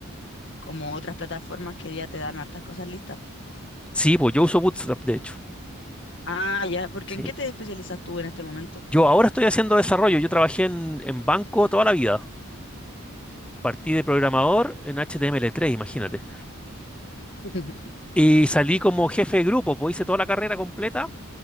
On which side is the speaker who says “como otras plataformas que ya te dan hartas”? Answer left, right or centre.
Left